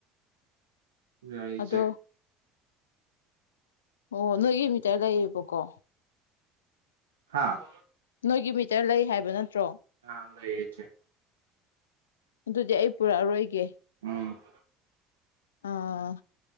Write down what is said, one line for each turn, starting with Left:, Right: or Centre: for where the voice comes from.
Right: ꯌꯥꯏ ꯏꯆꯦ
Left: ꯑꯗꯣ ꯑꯣ ꯅꯣꯏꯒꯤ ꯃꯤꯇꯔ ꯂꯩꯌꯦꯕꯀꯣ
Right: ꯍꯥꯥ
Left: ꯅꯣꯏꯒꯤ ꯃꯤꯇꯔ ꯂꯩ ꯍꯥꯏꯕ ꯅꯠꯇ꯭ꯔꯣ
Right: ꯑꯥꯡ ꯂꯩꯌꯦ ꯏꯆꯦ
Left: ꯑꯗꯨꯗꯤ ꯑꯩ ꯄꯨꯔꯛꯑꯔꯣꯏꯒꯦ
Right: ꯎꯝ
Left: ꯑꯥ